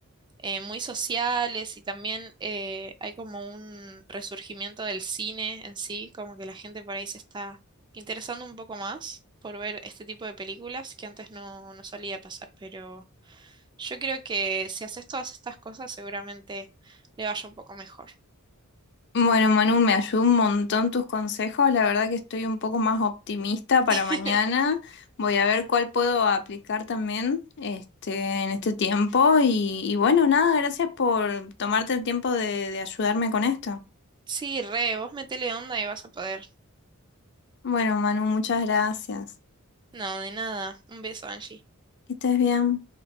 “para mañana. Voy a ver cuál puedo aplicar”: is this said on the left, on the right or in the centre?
Left